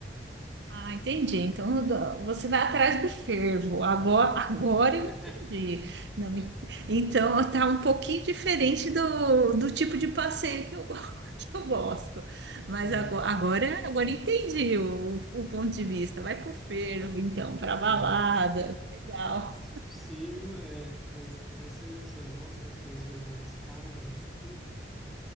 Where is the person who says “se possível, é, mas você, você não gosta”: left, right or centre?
Centre